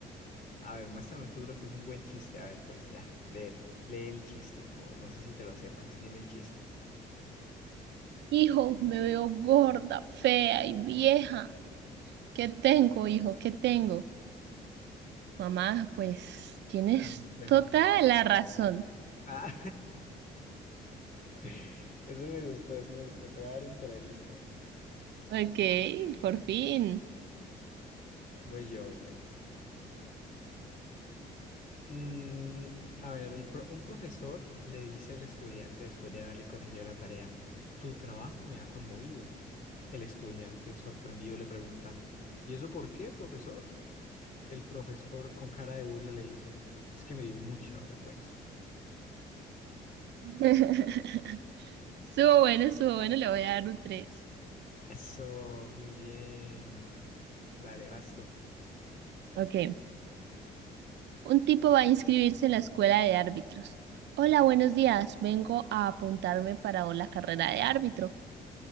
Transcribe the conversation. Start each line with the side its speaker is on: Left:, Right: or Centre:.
Left: A ver, muéstrame tú lo que es un buen chiste. A ver, pues ya, lee, lee el chiste. O no sé si te lo sepas. Dime el chiste.
Right: Hijo, me veo gorda, fea y vieja. ¿Qué tengo, hijo? ¿Qué tengo? Mamá, pues tienes
Left: Un espejo.
Right: toda la razón.
Left: Ah, <laughs> eso me gustó, eso me gustó. Te voy a dar un tres, ¿listo?
Right: Ok, por fin.
Left: Voy yo, voy yo. Mm, a ver, el pro- un profesor le dice al estudiante después de haberle corregido la tarea, tu trabajo me ha conmovido. El estudiante, sorprendido, le pregunta, ¿y eso por qué, profesor? El profesor, con cara de burla, le dice, es que me dio mucha vergüenza.
Right: <laughs> Estuvo bueno, estuvo bueno, le voy a dar un 3.
Left: Eso, muy bien. Dale, basto.
Right: Ok. Un tipo va a inscribirse en la escuela de árbitros. Hola, buenos días. Vengo a apuntarme para la carrera de árbitro.